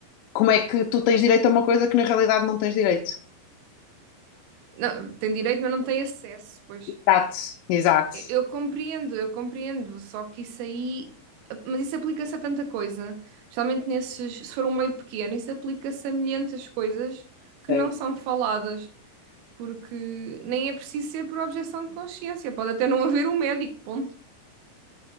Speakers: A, on the left; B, on the right.
A: como é que tu tens direito a uma coisa que na realidade não tens direito?
B: Não, tem direito, mas não tem acesso, pois.
A: Exato, exato.
B: Eu eu compreendo, eu compreendo, só que isso aí, mas isso aplica-se a tanta coisa, especialmente nesses, se for um meio pequeno, isso aplica-se a milhentas coisas que
A: É,
B: não são faladas, porque nem é preciso ser por objeção de consciência, pode até não haver um médico, ponto.